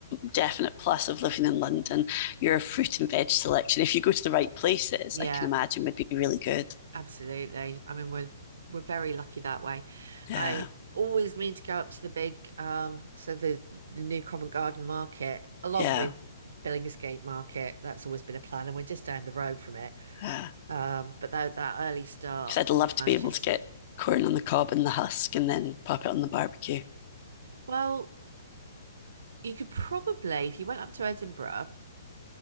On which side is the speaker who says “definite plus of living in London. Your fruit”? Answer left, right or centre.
Left